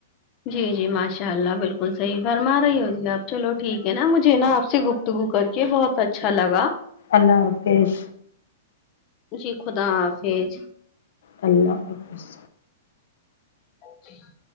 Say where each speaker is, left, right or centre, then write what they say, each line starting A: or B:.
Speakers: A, on the left; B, on the left.
A: جی جی ماشاء اللہ بالکل صحیح فرما رہی ہو جی آپ چلو ٹھیک ہے نا مجھے نا آپ سے گفت گو کر کے بہت اچھا لگا
B: اللہ حافظ
A: جی خدا حافظ
B: اللہ حافظ
A: جی ہاں